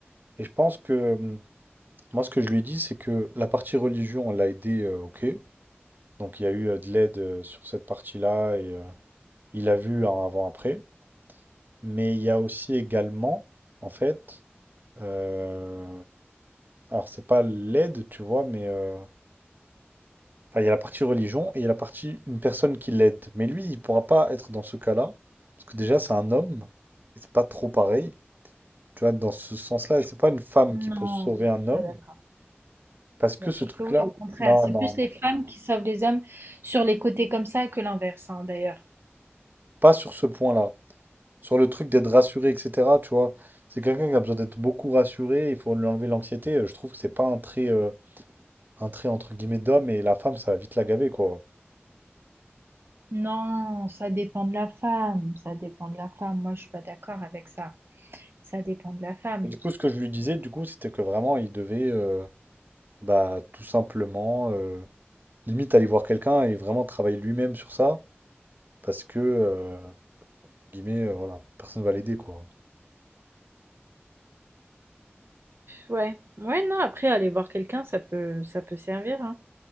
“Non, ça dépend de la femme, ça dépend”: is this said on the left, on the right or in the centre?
Right